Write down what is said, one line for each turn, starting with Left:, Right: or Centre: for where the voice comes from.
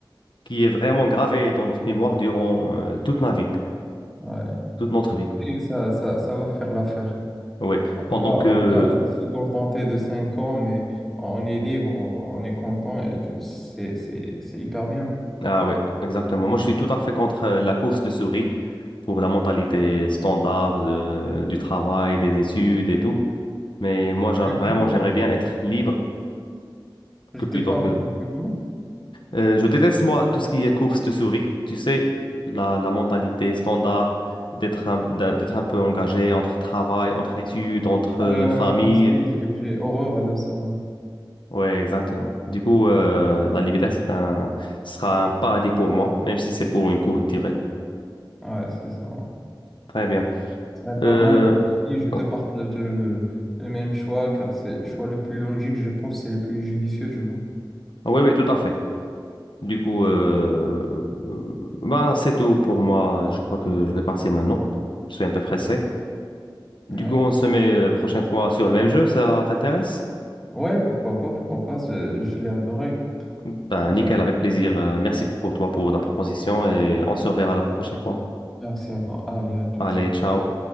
Left: qui est vraiment gravée dans notre mémoire durant euh, toute ma vie,
Centre: Ouais.
Left: toute notre vie.
Centre: Et ça, ça, ça va faire l'affaire.
Left: Oui,
Centre: On
Left: pendant
Centre: va,
Left: que...
Centre: on va se contenter de 5 ans, mais on est libre, on on est content et tu- c'est c'est- c'est hyper bien.
Left: Ah oui, exactement. Moi, je suis tout à fait contre euh, la course de souris pour la mentalité standard de- du travail, des études et tout. Mais moi, j'a-
Centre: Mais
Left: vraiment,
Centre: comment?
Left: j'aimerais bien être libre
Centre: Je
Left: que
Centre: t'ai
Left: plutôt
Centre: pas
Left: que...
Centre: entendu comment?
Left: Euh, je déteste, moi, tout ce qui est course de souris. Tu sais, la, la mentalité standard d'être un, d'un- d'être un peu engagé entre travail, entre études, entre
Centre: Ah
Left: euh,
Centre: ouais,
Left: famille.
Centre: moi aussi, je- j'ai horreur de ça.
Left: Ouais, exactement. Du coup, euh, la liberté, c'est un, sera un paradis pour moi, même si c'est pour une courte durée.
Centre: Ouais, c'est ça.
Left: Très bien.
Centre: Ce serait pas
Left: Euh,
Centre: mal si je te
Left: oh,
Centre: partage le, le même choix, car c'est le choix le plus logique, je pense, c'est le plus judicieux, je vois.
Left: ah oui, oui, tout à fait. Du coup, euh, euh, ben, c'est tout pour moi. Je crois que je vais partir maintenant. Je suis un peu pressé. Du
Centre: Ouais.
Left: coup, on se met euh, la prochaine fois sur le même jeu. Ça t'intéresse?
Centre: Ouais, pourquoi pas, pourquoi pas, je, je l'ai adoré.
Left: Ben,
Centre: En fait,
Left: nickel, avec plaisir. Euh, merci pour toi pour la proposition et on se reverra la prochaine fois.
Centre: merci à toi. Allez, à toutes.
Left: Allez, ciao.